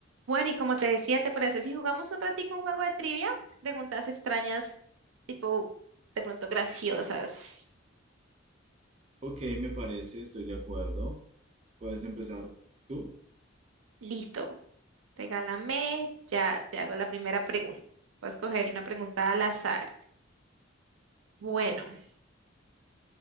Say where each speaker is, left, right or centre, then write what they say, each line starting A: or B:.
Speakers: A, on the right; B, on the right.
A: Bueno, y como te decía, ¿te parece si jugamos un ratico un juego de trivia? Preguntas extrañas, tipo, de pronto graciosas.
B: Ok, me parece, estoy de acuerdo. Puedes empezar tú.
A: Listo, regálame, ya te hago la primera pregunta. Voy a escoger una pregunta al azar. Bueno,